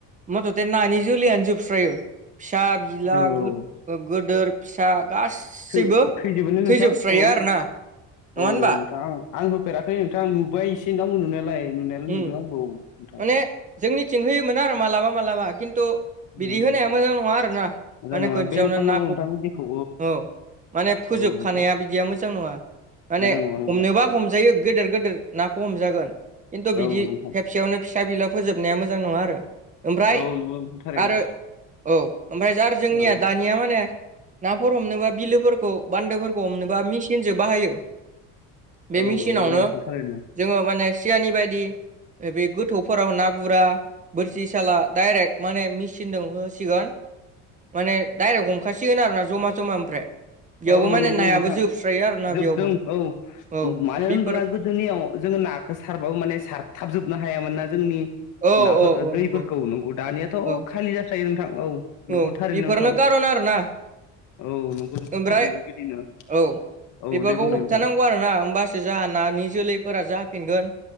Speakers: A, on the right; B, on the left.
A: मथथे नानि जोलैयनो जोबस्रायो फिसा बिला
B: औ
A: गो ओ गोदोर फिसा गासैबो
B: खै-खैजोबोनो नोंथां
A: थैजोबस्रायो
B: औ
A: आरोना नङा
B: औ
A: होनबा
B: नोंथां आं आं होफेराखै नोंथां नुबाय एसे नोंथांमोन नुनायालाय नुनायालाय नुदों
A: उम
B: आंबो औ नोंथां
A: माने जोंनिथिं होयोमोन आरो मालाबा मालाबा खिन्थु बिदि
B: उम
A: होनाया मोजां नङा आरोना
B: मोजां
A: माने
B: नङा
A: खोनसेयावनो
B: बेन खालामनांगौ
A: नाखौ
B: नोंथां बिदिखौ
A: औ माने फोजोबखानाया
B: औ नोंथां
A: बिदिया मोजां नङा माने
B: मोजां नङा नोंथां
A: हमनोबा हमजायो गोदोर गोदोर नाखौ हमजागोन खिन्थु बिदि
B: औ नोंथां
A: खेबसेयावनो फिसा बिला फोजोबनाया मोजां नङा आरो ओमफ्राय
B: औ नंगौ थारैनो
A: आरो औ ओमफ्राय आरो जोंनिया
B: औ
A: दानिया माने नाफोर हमनोबा बिलोफोर खौ बान्दोफोरखौ हमनोबा मेसिनसो बाहायो बे
B: औ
A: मेसिनावनो
B: नंगौ नोंथां थारैनो
A: जोङो माने सियानि बायदि बे गोथौफोराव ना गुरा बोरसिसाला दडाइरेक्ट माने मेसिनजों होसिगोन माने डाइरेक्ट हमखासिगोन आरो ना जमा जमा ओमफ्राय बेयावबो
B: औ
A: माने
B: नंगौ
A: नायाबो
B: नोंथां
A: जोबस्रायो आरोना
B: जोबदों
A: बेयावबो
B: औ
A: औ
B: मानो
A: बेफोर
B: होनब्ला गो दोनियाव जोङो नाखो सारबाबो माने सारथाबजोबनो हायामोन ना जोंनि
A: औ
B: नाफोर
A: औ औ
B: दैफोरखौ
A: नंगौ
B: नंगौ दानियाथ'
A: औ
B: खालि जास्रायो नोंथां औ नंगौ
A: औ
B: थारैनो
A: बेफोरनो
B: नोंथां
A: खारन आरोना
B: औ नंगौ नोंथां
A: ओमफ्राय
B: थारैनो बेबायदिनो
A: औ
B: औ
A: बेफोरखौ
B: दे बुंनाय
A: होबथानांगौ
B: नोंथां
A: आरोना होमबासो जाहा नानि जोलैफोरा जाफिनगोन